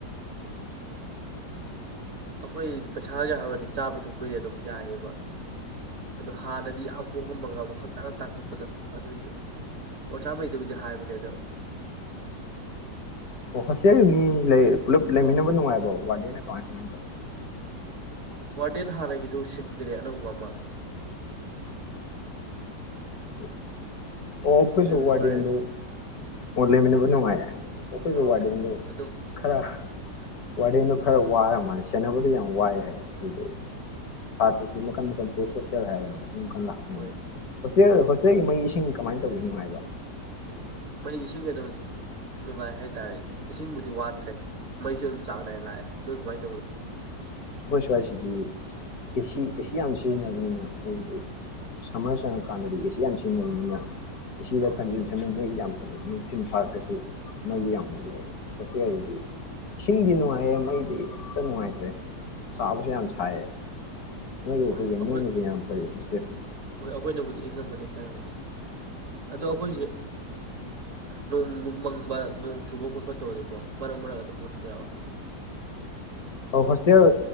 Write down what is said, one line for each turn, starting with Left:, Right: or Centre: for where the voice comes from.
Right: ꯑꯩꯈꯣꯏ ꯄꯩꯁꯥꯒꯤ ꯍꯥꯏꯔꯗꯤ ꯆꯥꯕ ꯊꯛꯄꯩꯗꯤ ꯑꯗꯨꯝ ꯌꯥꯏꯑꯕ ꯑꯗꯨꯣ ꯍꯥꯟꯅꯗꯤ ꯌꯥꯝ ꯍꯣꯡꯉꯝꯃꯒ ꯈꯛꯇꯥꯡ ꯇꯥꯡꯀꯛꯄꯗꯣ ꯑꯗꯨꯒꯤ ꯑꯣ ꯆꯥꯝꯃꯩꯗꯨꯕꯨꯗꯤ ꯍꯥꯏꯕꯅꯦ ꯑꯗ
Left: ꯍꯣꯁꯇ꯭ꯦꯜ ꯒꯤ ꯃꯤ ꯂꯩ ꯄꯨꯜꯂꯞ ꯂꯩꯃꯤꯟꯅꯕ ꯅꯨꯡꯉꯥꯏꯕꯣ ꯋꯥꯔꯗꯦꯅ ꯀꯃꯥꯏ ꯀꯃꯥꯏꯅ ꯇꯧꯒꯦ?
Right: ꯋꯥꯔꯗꯦꯟ ꯍꯥꯟꯅꯒꯤꯗꯨ ꯁꯤꯟꯈ꯭ꯔꯦ ꯑꯅꯧꯕ ꯑꯃ ꯫
Left: <inaudible> ꯑꯣ ꯈꯣꯏꯁꯨ
Right: ꯅꯨꯡꯉꯥꯏꯔꯦ
Left: ꯋꯔꯗꯦꯟ ꯗꯨ ꯑꯣꯟ ꯂꯩꯃꯤꯟ ꯅꯕ ꯅꯨꯡꯉꯏ ꯑꯈꯣꯏꯖꯨ
Right: ꯑꯧ
Left: ꯋꯥꯔꯗꯦꯟ ꯗꯤ
Right: ꯑꯗꯨꯝ
Left: ꯈꯔꯥ ꯋꯥꯔꯗꯦꯟꯗꯨ ꯈꯔ ꯋꯥꯔ ꯃꯥꯜꯂꯦ ꯁꯦꯟꯅꯕꯗꯤ ꯌꯥꯝ ꯋꯥꯏꯦ ꯍꯥꯏꯌꯦ꯫ <unintelligible> ꯁꯥꯇ꯭ꯔꯁꯤ ꯃꯈꯟ- ꯃꯈꯟ ꯕꯣꯏꯁ ꯍꯣꯁꯇꯦꯜ ꯍꯥꯏꯔꯦ ꯑꯃꯨꯛ
Right: ꯍꯣꯏ
Left: <unintelligible> ꯍꯣꯁꯇꯦꯜ ꯍꯣꯁꯇꯦꯜꯒꯤ ꯃꯩ ꯏꯁꯤꯡ ꯀꯃꯥꯏꯅ ꯇꯧꯒꯦ ꯅꯨꯡꯉꯥꯏꯕ
Right: ꯃꯩ ꯏꯁꯤꯡꯦ ꯑꯗꯨꯝ ꯅꯨꯡꯉꯥꯏ ꯍꯥꯏꯇꯥꯔꯦ ꯏꯁꯤꯡꯕꯨꯗꯤ ꯋꯥꯠꯇ꯭ꯔꯦ ꯃꯩꯁꯨ ꯑꯗꯨꯝ ꯆꯥꯡ ꯅꯥꯏꯅ ꯂꯥꯛꯑꯦ ꯅꯣꯏ ꯀꯃꯥꯏꯅ ꯇꯧꯋꯤ
Left: ꯑꯩꯈꯣꯏ ꯁ꯭ꯋꯥꯏꯁꯤꯗꯤ ꯑꯦꯁꯤ ꯑꯦꯁꯤ ꯌꯥꯝ ꯁꯤꯖꯤꯟꯅꯕꯅꯤꯅ ꯃꯣꯏꯗꯨ ꯁꯝꯃꯔ ꯆꯪꯉꯀꯥꯟꯗꯗꯤ ꯑꯦꯁꯤ ꯌꯥꯝ ꯁꯤꯖꯤꯟꯅꯕꯅꯤꯅ ꯁꯤꯗ
Right: ꯑꯧ
Left: ꯀꯟꯖꯨꯝꯁꯟ ꯃꯣꯏꯗꯤ ꯌꯥꯝ ꯅꯨꯡꯊꯤꯟ ꯐꯥꯔꯛꯇꯥꯁꯨ ꯃꯩꯗꯨ ꯌꯥꯝ ꯃꯨꯠꯂꯦ ꯍꯣꯁꯇꯦꯜ ꯒꯤꯗꯤ ꯏꯁꯤꯡꯗꯤ ꯅꯨꯡꯉꯥꯏꯌꯦꯦꯡ ꯃꯩꯗꯤ ꯑꯝꯇ ꯅꯨꯡꯉꯥꯏꯇ꯭ꯔꯦ꯫ ꯁꯥꯕꯁꯨ ꯌꯥꯝ ꯁꯥꯌꯦ꯫ ꯅꯣꯏꯗ
Right: ꯍꯣꯏ
Left: ꯑꯩꯈꯣꯏꯒꯤ
Right: ꯑꯩꯈꯣꯏ
Left: ꯅꯣꯏꯅꯕꯨ ꯌꯥꯝ ꯐꯩ ꯍꯣꯁꯇꯦꯜ꯫
Right: ꯍꯣꯏ ꯑꯩꯈꯣꯏꯅꯕꯨꯗꯤ ꯏꯪꯉꯝꯃꯅꯤ ꯈꯔꯕꯨꯗꯤ ꯑꯗꯣ ꯑꯩꯈꯣꯏꯁꯦ ꯅꯣꯡꯒꯨꯝ ꯃꯪꯕ ꯅꯣꯡ ꯆꯨꯕ ꯈꯣꯠꯄ ꯇꯧꯔꯗꯤꯀꯣ ꯃꯔꯛ - ꯃꯔꯛ ꯑꯗꯨꯝ ꯍꯨꯠꯄ ꯌꯥꯎꯋꯦ꯫
Left: ꯑꯣ ꯍꯣꯁꯇꯦꯜ